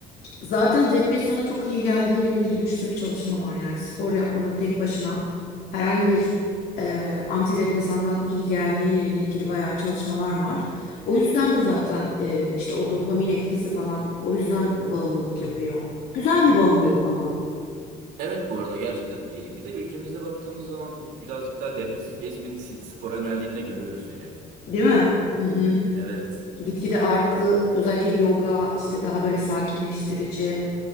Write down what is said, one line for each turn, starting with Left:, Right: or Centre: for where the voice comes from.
Left: Zaten depresyona çok iyi geldiğiyle ilgili bir sürü çalışma var. Yani spor yapmanın tek başına herhangi bir e, antidepresandan iyi geldiğiyle ilgili bayağı çalışmalar var. O yüzden de zaten e, işte o dopamin etkisi falan o yüzden bağımlılık yapıyor. Güzel bir bağımlılık
Right: E,
Left: ama,
Right: evet bu arada gerçekten bir, bir de ülkemizde baktığımız zaman bu birazcık daha depresif kesimin si- spora yöneldiğini de görüyoruz yani.
Left: değil mi? Hı hı.
Right: Evet.
Left: Gitgide arttı. Özellikle yoga işte daha böyle sakinleştirici.